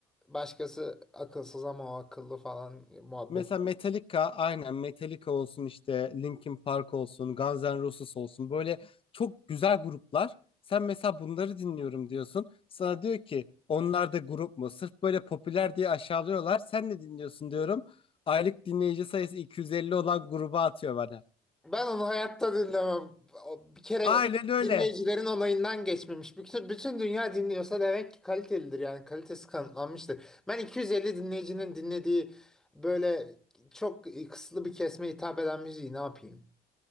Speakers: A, in the centre; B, on the left.
A: başkası akılsız ama o akıllı falan muhabbet.
B: Mesela Metallica aynen Metallica olsun işte Linkin Park olsun Guns N' Roses olsun böyle çok güzel gruplar. Sen mesela bunları dinliyorum diyorsun. Sana diyor ki onlar da grup mu? Sırf böyle popüler diye aşağılıyorlar. Sen ne dinliyorsun diyorum. Aylık dinleyici sayısı 250 olan gruba atıyor bana.
A: Ben onu hayatta dinlemem. O Bir kere
B: Aynen öyle.
A: dinleyicilerin onayından geçmemiş. Bütün, bütün dünya dinliyorsa demek ki kalitelidir yani kalitesi kanıtlanmıştır. Ben 250 dinleyicinin dinlediği böyle çok kısıtlı bir kesime hitap eden müziği ne yapayım?